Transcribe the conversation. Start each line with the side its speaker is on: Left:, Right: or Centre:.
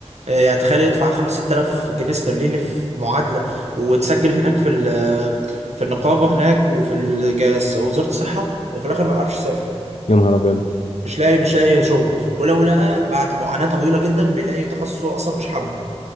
Right: آه، يعني تخيل يدفع 5000 جنيه استرليني في معادلة وتسجل هناك في ال- في النقابة هناك وفي الج- وزارة الصحة وفي الآخر ما يعرفش يسافر
Left: يا نهار ابيض
Right: مش لاقي مش لاقي شغل ولو لقى بعد معاناة طويلة جدا بيلاقي تخصص هو أصلا مش حابه